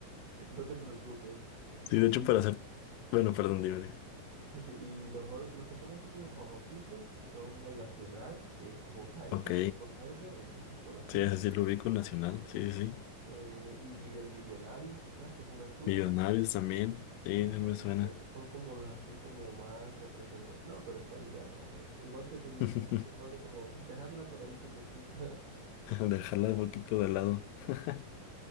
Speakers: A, on the right (about 70°); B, on the left (about 90°).
A: No te preocupes.
B: <laughs> Sí, de
A: y
B: hecho, para hacer... Bueno, perdón, dime, dime.
A: Sí, sí, y los, ot- los que son así como famositos son el Nacional, que es como paisa,
B: Ok,
A: que es uno verde, ese sí es conocido,
B: Sí, ese sí lo ubico, el Nacional, sí, sí, sí.
A: eh, y el Millonario quizás, que es uno azul.
B: Millonarios también, sí, sí me suena.
A: Esos son como los así como más representativos. No, pero esta liga no. Igual que tú dices,
B: <laughs>
A: es mejor como dejarla por ahí quietecita. <laughs>
B: Dejarla un poquito de lado. <laughs>